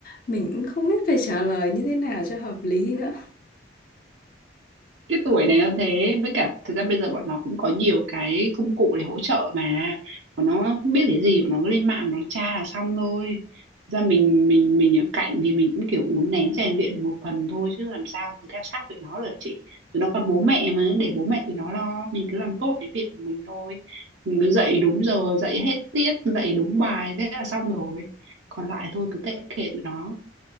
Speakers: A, on the left (about 45°); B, on the right (about 75°).
A: mình cũng không biết phải trả lời như thế nào cho hợp lý nữa
B: cái tuổi này nó thế với cả thực ra bây giờ bọn nó cũng có nhiều cái công cụ để hỗ trợ mà bọn nó không biết cái gì bọn nó cứ lên mạng nó tra là xong thôi Thực ra mình mình mình ở cạnh thì mình cũng kiểu uốn nén rèn luyện một phần thôi chứ làm sao mà cứ theo sát tụi nó được hả chị tụi nó còn bố mẹ mà để bố mẹ tụi nó lo mình cứ làm tốt cái việc của mình thôi mình cứ dạy đúng giờ dạy hết tiết dạy đúng bài thế là xong rồi còn lại thôi cứ tệ kệ tụi nó